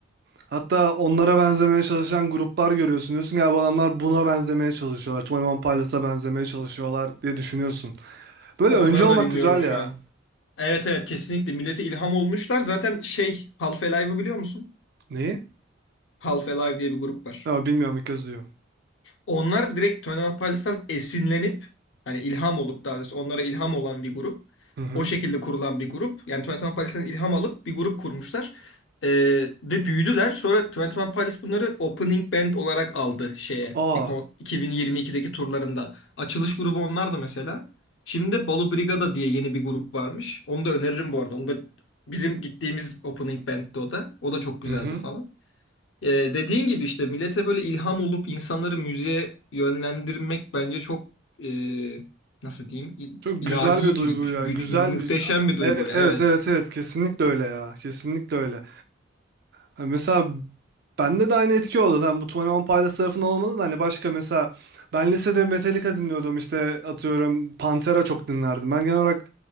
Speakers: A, on the right; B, on the left.
A: hatta onlara benzemeye çalışan gruplar görüyorsun diyorsun ya bu adamlar buna benzemeye çalışıyorlar. Twenty Pilots'a benzemeye çalışıyorlar diye düşünüyorsun. Böyle
B: Onları
A: önce olmak
B: da dinliyorum
A: güzel
B: şu
A: ya.
B: an. Evet evet kesinlikle millete ilham olmuşlar. Zaten şey Half Alive'ı biliyor musun?
A: Neyi?
B: Half Alive diye bir grup var.
A: Ya bilmiyorum ilk kez duyuyorum.
B: Onlar direkt Twenty Pilots'tan esinlenip hani ilham olup daha doğrusu onlara ilham olan bir grup.
A: Hı hı.
B: O şekilde kurulan bir grup. Yani Twenty One Pilots'tan ilham alıp bir grup kurmuşlar. Ee, ve büyüdüler. Sonra Twenty One Pilots bunları opening band olarak aldı şeye.
A: Aa.
B: Bir kon- 2022'deki turlarında. Açılış grubu onlardı mesela. Şimdi de Balu Brigada diye yeni bir grup varmış. Onu da öneririm bu arada. Onu da bizim gittiğimiz opening band'ti o da. O da çok güzeldi
A: Hı hı.
B: falan. Ee, dediğin gibi işte millete böyle ilham olup insanları müziğe yönlendirmek bence çok e, nasıl diyeyim il-
A: Çok
B: ilahi
A: güzel bir duygu
B: bir güç,
A: ya. Güzel
B: muhteşem
A: bir
B: bir duygu.
A: Evet
B: Evet.
A: evet evet evet kesinlikle öyle ya. Kesinlikle öyle. Ha, mesela bende de aynı etki oldu. Hani bu 21 Pilots tarafından olmadı da hani başka mesela ben lisede Metallica dinliyordum işte atıyorum Pantera çok dinlerdim. Ben genel olarak